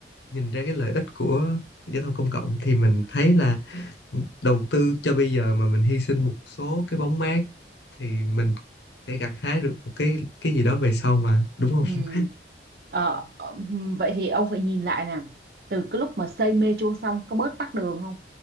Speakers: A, on the left; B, on the right.
A: nhìn ra cái lợi ích của giao thông công cộng thì mình thấy là đầu tư cho bây giờ mà mình hy sinh một số cái bóng mát thì mình sẽ gặt hái được một cái cái gì đó về sau mà đúng không
B: ừ.
A: <laughs>
B: Ờ, ờ, ừm, vậy thì ông phải nhìn lại nè từ cái lúc mà xây metro xong có bớt tắc đường không